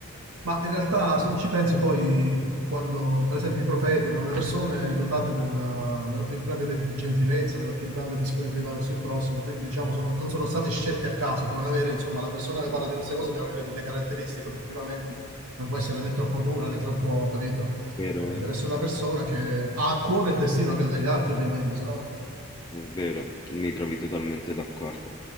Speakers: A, on the right (about 80°); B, on the left (about 20°).
A: Ma in realtà, se tu ci pensi poi, quando per esempio i profeti erano le persone dotate della, della più grande de- gentilezza, della più grande disponibilità verso il prossimo, quindi diciamo sono- non sono stati scelti a caso, devono avere, insomma, la persona che parla di queste cose deve avere delle caratteristiche obiettivamente, non può essere né troppo dura né troppo, capito?
B: Vero,
A: Eh,
B: vero.
A: deve essere una persona che ha a cuore il destino anche degli altri, ovviamente, se no
B: È vero, mi trovi totalmente d'accordo.